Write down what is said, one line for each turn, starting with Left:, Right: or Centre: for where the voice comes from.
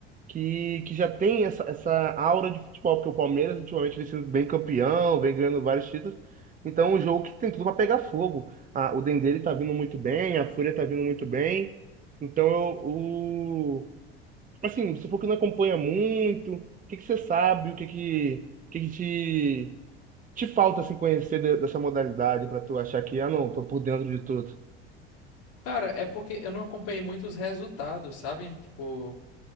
Right: que, que já tem essa, essa aura de futebol, porque o Palmeiras ultimamente vem sendo bem campeão, vem ganhando vários títulos. Então, é um jogo que tem tudo para pegar fogo. Ah, o Dendê ele tá vindo muito bem, a Fúria tá vindo muito bem. Então, eu, Assim, você falou que não acompanha muito. O que que você sabe? O que que, o que que te, te falta assim, conhecer de- dessa modalidade para tu achar que, ah, não, tô por dentro de tudo?
Left: Cara, é porque eu não acompanhei muito os resultados, sabe? Tipo...